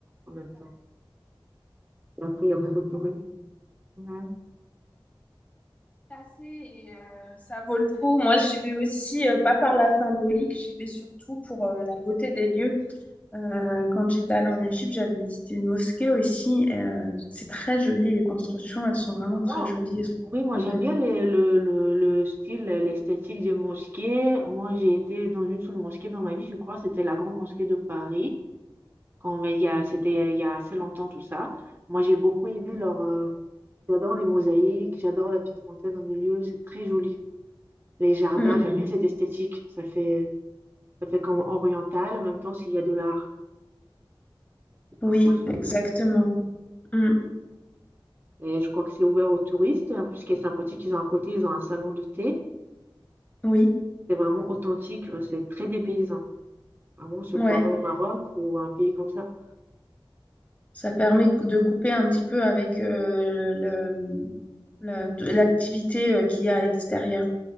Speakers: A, on the right (about 25°); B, on the left (about 15°).
A: en même temps. Et après, il y a beaucoup de tourisme. Mhm.
B: Passer et euh, ça vaut le coup. Moi, j'y vais aussi, euh, pas par la symbolique, j'y vais surtout pour euh, la beauté des lieux. Euh, quand j'étais allée en Égypte, j'avais visité une mosquée aussi. euh, c'est très joli, les constructions, elles sont vraiment très
A: Non.
B: jolies, elles sont
A: Oui, moi
B: très
A: j'aime
B: belles.
A: bien les- le, le, le style, l'esthétique des mosquées. Moi j'ai été dans une seule mosquée dans ma vie, je crois, c'était la grande mosquée de Paris, quand, mais il y a, c'était il y a assez longtemps tout ça. Moi j'ai beaucoup aimé leur... euh, j'adore les mosaïques, j'adore la petite fontaine au milieu, c'est très joli. Les jardins,
B: Mm.
A: j'aime bien cette esthétique, ça fait... Ça fait comme oriental. En même temps, s'il y a de l'art. Et
B: Oui,
A: ben, moi,
B: exactement. Mm.
A: et je crois que c'est ouvert aux touristes. en plus, Ce qui est sympathique, ils ont à côté, ils ont un salon de thé.
B: Oui,
A: C'est vraiment authentique. euh, C'est très dépaysant. Vraiment, on se
B: ouais.
A: croirait au Maroc ou à un pays comme ça.
B: Ça permet de couper un petit peu avec euh, le- le- l'activité euh, qu'il y a à l'extérieur.